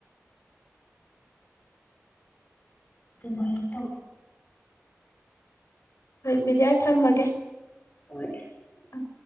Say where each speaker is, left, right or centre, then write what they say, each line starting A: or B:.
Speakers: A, on the left; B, on the left.
A: ꯑꯗꯨꯃꯥꯏꯅ ꯇꯧꯋꯤ
B: ꯍꯣꯏ ꯕꯤꯗꯤꯌꯥ ꯊꯝꯃꯒꯦ
A: ꯍꯣꯏ
B: ꯎꯝ